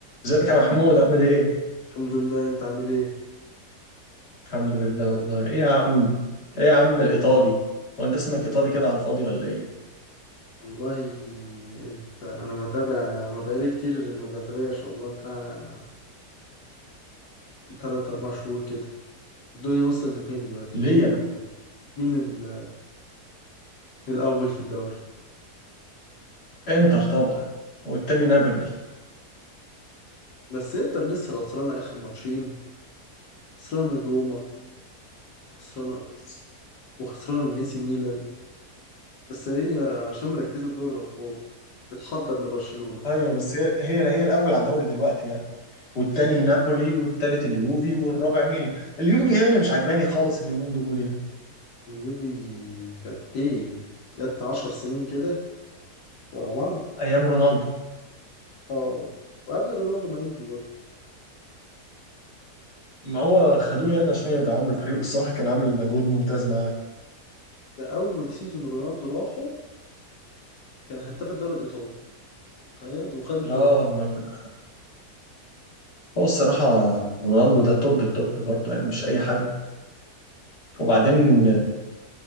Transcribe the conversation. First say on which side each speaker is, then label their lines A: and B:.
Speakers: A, on the left; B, on the left.
A: ازيك يا محمود عامل ايه؟
B: الحمد لله انت عامل ايه
A: الحمد لله والله ايه يا عم ايه يا عم الايطالي هو انت اسمك ايطالي كده على الفاضي ولا ايه؟
B: والله انت انا متابع ما بقالي كتير ما بتابعش والله بتاع 3 4 شهور كده الدنيا وصلت لفين دلوقتي
A: ليه
B: مين
A: يا
B: ال...
A: عم؟
B: مين ال... الاول في الدوري
A: انتر طبعا والتاني نابولي
B: بس انتر لسه خسرانه اخر ماتشين خسرانه من روما وخسرانه وخسرانه من اي سي ميلان بس هي عشان مركزه في دوري الابطال بتحضر لبرشلونه
A: ايوه بس هي هي هي الاول على الدوري دلوقتي يعني والتاني نابولي والتالت اليوفي والرابع ميلان اليوفي هي اللي مش عجباني خالص اليومين دول يعني
B: اليوفي كانت ايه جت 10 سنين كده ورا بعض
A: ايام رونالدو
B: اه وقبل رونالدو ما يجي برضه
A: ما هو خدوه يعني عشان يدعموا الفريق والصراحه كان عامل مجهود ممتاز معاه
B: ده اول سيزون رونالدو راحه كان هداف الدوري الايطالي تخيل وخد الدوري
A: اه ما كنت هو الصراحه رونالدو ده توب التوب برضه يعني مش اي حد وبعدين